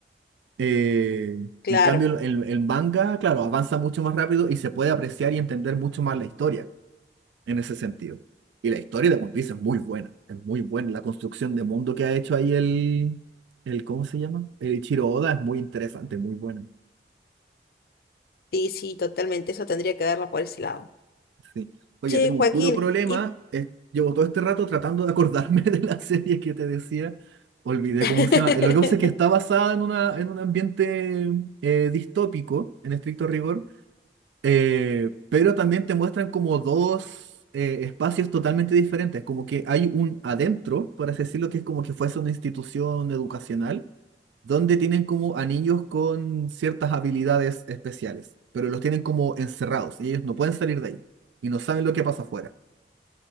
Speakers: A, on the right; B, on the left.
A: Eh,
B: Claro,
A: en cambio, el, el manga, claro, avanza mucho más rápido y se puede apreciar y entender mucho más la historia en ese sentido. Y la historia de One Piece es muy buena, es muy buena. La construcción de mundo que ha hecho ahí el, el ¿cómo se llama? El Ichiro Oda es muy interesante, muy buena.
B: sí, sí, totalmente, eso tendría que verla por ese lado.
A: Sí. Oye,
B: Che,
A: tengo
B: Joaquín,
A: un puro problema.
B: y...
A: es- llevo todo este rato tratando de acordarme <laughs> de la serie que te decía. Olvidé
B: <laughs>
A: cómo se llama. Eh, Lo que pasa es que está basada en, una, en un ambiente eh, distópico, en estricto rigor, eh, pero también te muestran como dos eh, espacios totalmente diferentes. Como que hay un adentro, por así decirlo, que es como que fuese una institución educacional donde tienen como anillos con ciertas habilidades especiales, pero los tienen como encerrados y ellos no pueden salir de ahí y no saben lo que pasa afuera.